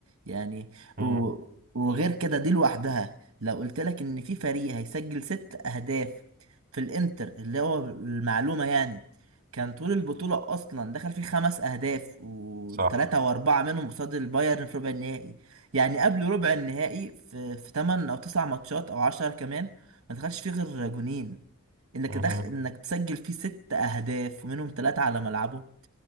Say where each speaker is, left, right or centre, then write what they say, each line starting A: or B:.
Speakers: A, on the right; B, on the right.
A: يعني و...
B: مهم.
A: وغير كده دي لوحدها لو قلت لك ان في فريق هيسجل ست اهداف في الانتر اللي هو المعلومة يعني كان طول البطولة اصلا دخل فيه خمس اهداف وثلاثة
B: صح
A: واربعة منهم قصاد البايرن في ربع النهائي يعني قبل ربع النهائي في في 8 او 9 ماتشات او 10 كمان ما دخلش فيه غير جونين انك
B: مهم.
A: دخل انك تسجل فيه ست اهداف ومنهم ثلاثة على ملعبه